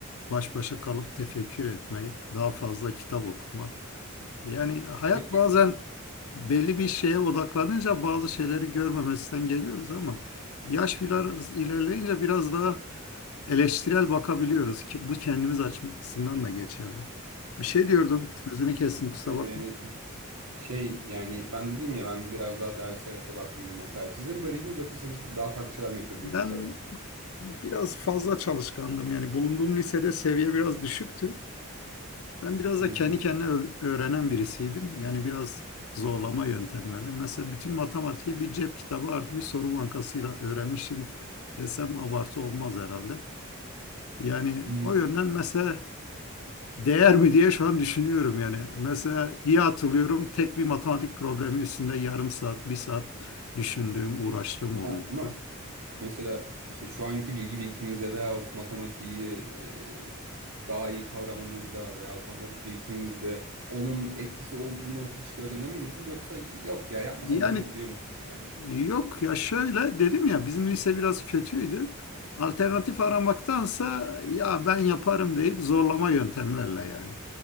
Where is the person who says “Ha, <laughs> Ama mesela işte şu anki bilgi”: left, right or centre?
Right